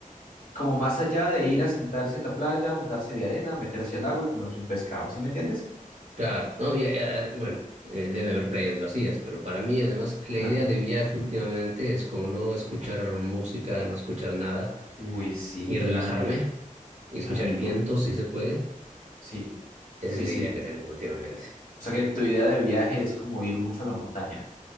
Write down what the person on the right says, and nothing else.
Claro, no, ya- ya, bueno, eh, deben haber playas vacías, pero para mí además la
idea de viaje últimamente es como no escuchar música, no escuchar nada
y relajarme y
escuchar
el viento si se puede
Esa
es la
idea que tengo últimamente.